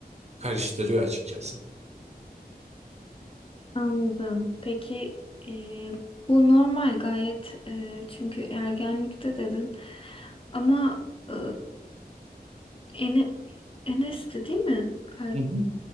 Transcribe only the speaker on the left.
Anladım. Peki e, bu normal gayet e, çünkü ergenlikte dedin ama e, Ene, Enes'ti değil mi? Kar-